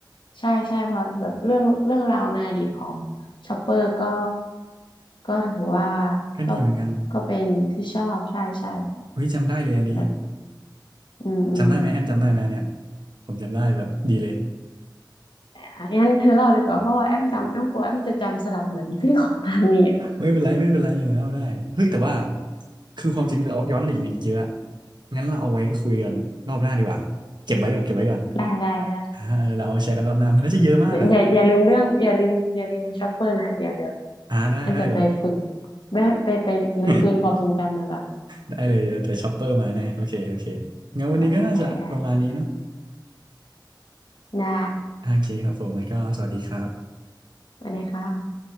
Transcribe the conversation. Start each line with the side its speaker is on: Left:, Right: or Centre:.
Left: ใช่ใช่เพราะแบบเรื่องเรื่องราวในอดีตของชอปเปอร์ก็ก็ถือว่า
Right: ก็ดีเหมือนกัน
Left: ก็ก็เป็นที่ชอบใช่ใช่
Right: เฮ้ยจำได้เลยอันนี้
Left: แบบอืมอืม
Right: จำได้ไหมแอมจำได้ไหมอันเนี่ยผมจำได้แบบดีเลย
Left: เอมองั้นเธอเล่าเลยกว่าเพราะว่าแอมจำแอมกลัวแอมจะจำสลับเหมือนที่ของทางนี้อะ
Right: ไม่เป็นไรไม่เป็นไรแล้วได้เฮ้ยแต่ว่า คือความจริงเราย้อนอดีตมีอีกเยอะงั้นเราเอาไว้คุยกันรอบหน้าดีกว่าเก็บไว้ก่อนเก็บไว้ก่อน
Left: ได้ได้ได้
Right: อ่าเดี๋ยวเราเอามาแชร์กันรอบหน้ามันน่าจะเยอะมากอ่ะ
Left: อย่าอย่าลืมเรื่องอย่าลืมอย่าลืมชอปเปอร์นะเดี๋ยวเดี๋ยว
Right: อ่าได้ได้เลย
Left: อันจะไปฝึกแม่ไปไปรื้อฟื้นความทรงจำมาก่อน
Right: <laughs> ได้เลยแต่ช็อปเปอร์มาแน่โอเคโอเคงั้นวันนี้ก็น่าจะประมาณนี้เนาะ
Left: โอเคได้ได้ได้
Right: โอเคครับผมแล้วก็สวัสดีครับ
Left: สวัสดีค่ะ